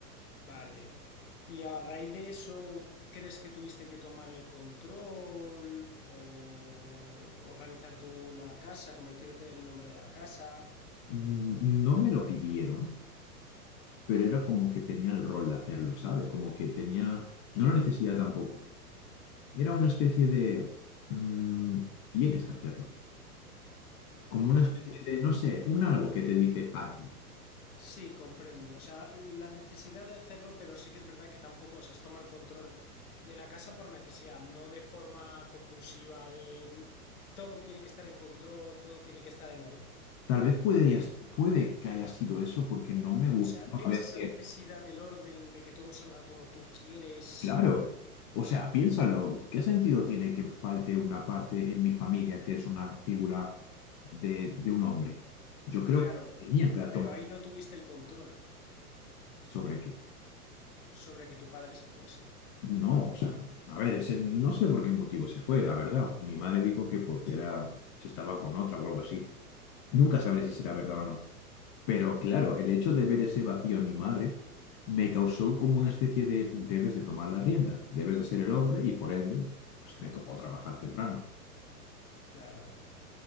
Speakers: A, on the left; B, on the left.
A: Vale. ¿Y a raíz de eso, crees que tuviste que tomar el control o organizar tú la casa, convertirte en el hombre de la casa?
B: Mm, No me lo pidieron, pero era como que tenía el rol de hacerlo, ¿sabes? Como que tenía, no la necesidad tampoco. Era una especie de, mm, tienes que hacerlo. Como una
A: Mm,
B: especie de, no sé, un algo que te dice, hazlo.
A: Sí, comprendo. O sea, la necesidad de hacerlo, pero sí que es verdad que tampoco, o sea, toma el control de la casa por necesidad, no de forma compulsiva, de todo tiene que estar en control, todo tiene que estar en orden.
B: Tal vez puede, ya puede que haya sido eso porque no me gusta.
A: O sea,
B: A
A: tienes
B: ver,
A: esa
B: que,
A: necesidad del orden, de que todo salga como tú quieres,
B: claro. O sea, piénsalo, ¿qué sentido tiene que falte una parte en mi familia que es una figura de, de un hombre? Yo creo
A: claro,
B: que tenía que tomar
A: pero ahí no tuviste el control
B: sobre qué.
A: sobre que tu padre se fuese,
B: No, o sea, a ver, ese, no sé por qué motivo se fue, la verdad. Mi madre dijo que porque era, se estaba con otra o algo así. Nunca sabré si será verdad o no. Pero claro, el hecho de ver ese vacío en mi madre me causó como una especie de debes de tomar las riendas, debes de ser el hombre y por ende, pues me tocó trabajar temprano.
A: claro.